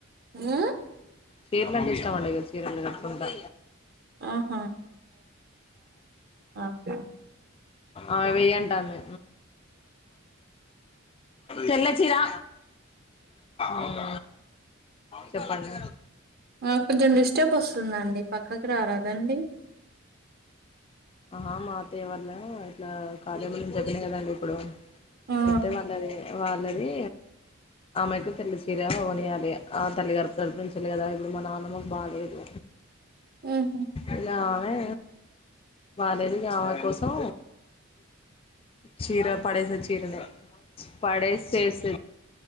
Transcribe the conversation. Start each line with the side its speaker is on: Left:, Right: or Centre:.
Right: హ్మ్
Left: చీరలంటే ఇష్టం అండి ఇగ చీరలు క కట్టుకుంటా
Right: ఆహా ఆహా
Left: ఆమె వెయ్యి అంటాంది తెల్ల చీరా ఉమ్ చెప్పండి
Right: నాకు కొంచెం డిస్టర్బ్ వస్తుందండి పక్కకి రారాదండి
Left: ఆహా మా అత్తయ్య వాళ్ల ఇట్లా కార్యం ఉందని చెప్పిన కదండి ఇప్పుడు
Right: ఆ
Left: చెప్తే వాళ్ళది వాళ్ళది ఆమెకు తెల్ల చీర కొనియ్యాలి ఇగ ఆ తల్లిగారి తరుపునుంచెలి కదా ఇప్పుడు మా నాన్నమ్మకు బాలేదు
Right: ఊహూ
Left: ఇగ ఆమె బాలేదు ఇగ ఆమె కోసం చీర పడేసే చీరనే పడేసేసే